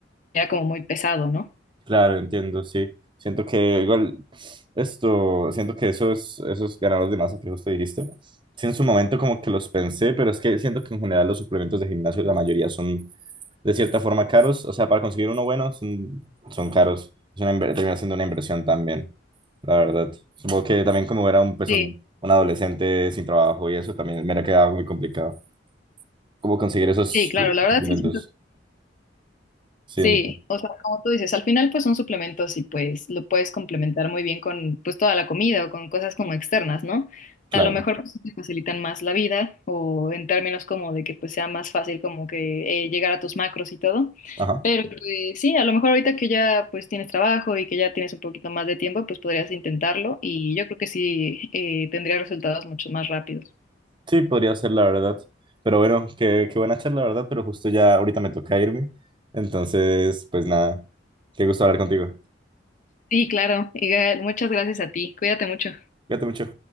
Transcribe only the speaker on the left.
como muy pesado, ¿no?
Sí,
sí, claro,
la verdad
sí.
Sí,
o sea, como tú dices, al final pues son suplementos y pues lo puedes complementar muy bien con pues toda la comida o con cosas como externas, ¿no?
A lo mejor pues te facilitan más la vida o en términos como de que pues sea más fácil como que eh, llegar a tus macros y todo.
Pero pues, sí, a lo mejor ahorita que ya pues tienes trabajo y que ya tienes un poquito más de tiempo, pues podrías intentarlo y yo creo que sí eh, tendría resultados mucho más rápidos.
Sí, claro. Igal, muchas gracias a ti. Cuídate mucho.